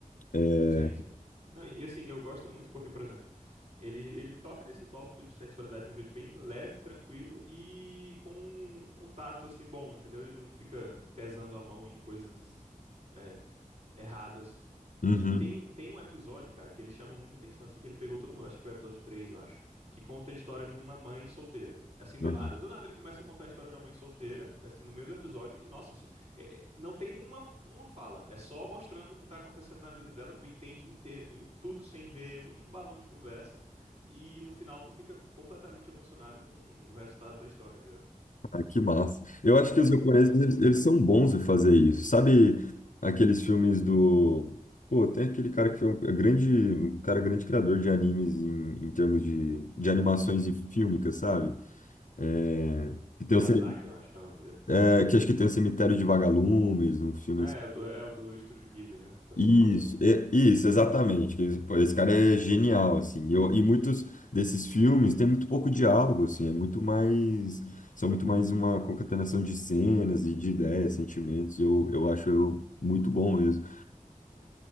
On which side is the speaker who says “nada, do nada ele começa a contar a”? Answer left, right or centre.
Right